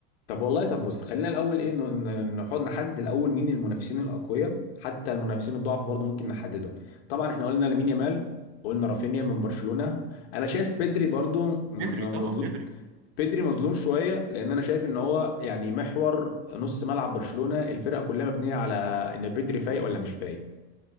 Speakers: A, on the left; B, on the right.
A: طب والله طب بص خلينا الاول ايه ن- ن- نحط نحدد الاول مين المنافسين الاقوياء حتى المنافسين الضعف برضو ممكن نحددهم طبعا احنا قلنا لامين يامال قلنا رافينيا من برشلونة انا شايف بيدري برضو مم،
B: بدري
A: يعني
B: طبعا
A: مظلوم
B: بدري
A: بيدري مظلوم شويه لان انا شايف ان هو يعني محور نص ملعب برشلونه الفرقه كلها مبنيه على ان بيدري فايق ولا مش فايق